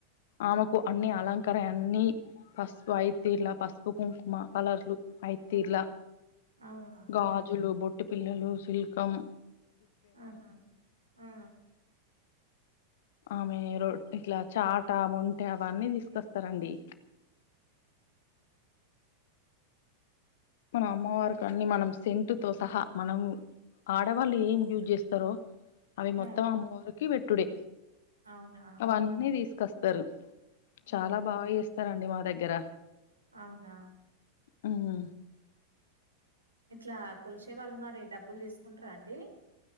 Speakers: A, on the left; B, on the right.
A: ఆమెకు అన్ని అలంకరె అన్ని పసుపు ఆయితే ఇలా పసుపు కుంకుమ కలర్లు ఆయితీర్లా.
B: అవునా
A: గాజులు, బొట్టు పిల్లలు, సిలకం
B: ఆహా ఆ
A: ఆమె రొ ఇట్లా చాట, మొంట అవన్నీ తీసుకొస్తారండి.
B: ఉహు
A: మన అమ్మవారి కన్ని మనం సెంట్ తో సహా మనము ఆడవాళ్ళు ఏం యూజ్ చేస్తారొ అవి మొత్తం
B: ఆ
A: అమ్మవారికి పెట్టుడే
B: అవునా
A: అవన్నీ తీసుకొస్తరు చాలా
B: ఉహు
A: బాగా చేస్తరండి మా దగ్గర
B: అవునా
A: హూ
B: ఇట్లా కొలిసే వాళ్ళు మరి డబ్బులు తీసుకుంటార అండి